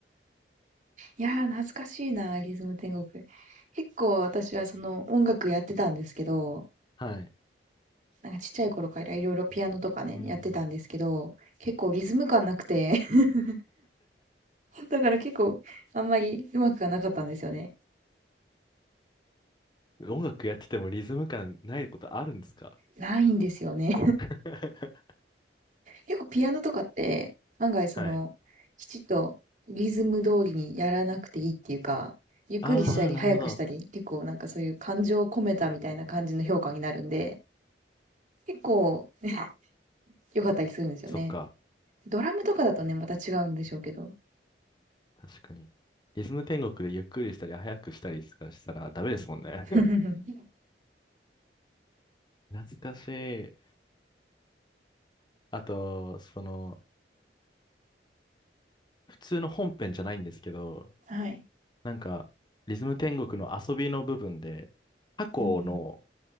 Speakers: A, on the right; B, on the left.
A: いやー、懐かしいな、リズム天国。結構私はその音楽やってたんですけど、
B: はい。
A: なんかちっちゃい頃からいろいろピアノとかね、
B: うん。
A: やってたんですけど、結構リズム感なくて、<laughs> だから結構あんまりうまくはなかったんですよね。
B: 音楽やっててもリズム感ないことあるんですか
A: ないんですよね。
B: <laughs>
A: 結構ピアノとかって案外そのきちっとリズム通りにやらなくていいっていうかゆっくりしたり早くしたり結構なんかそういう感情を込めたみたいな感じの評価になるんで
B: はい。あー、なるほど。
A: 結構ね <laughs> 良かったりするんですよね。
B: そっか。
A: ドラムとかだとねまた違うんでしょうけど。
B: 確かに。リズム天国でゆっくりしたり、早くしたりとかしたらダメですもんね。
A: <laughs>
B: <laughs> 懐かしい。あと、その、普通の本編じゃないんですけど、
A: はい。
B: なんか、リズム天国の遊びの部分で、タコの、
A: うんうん。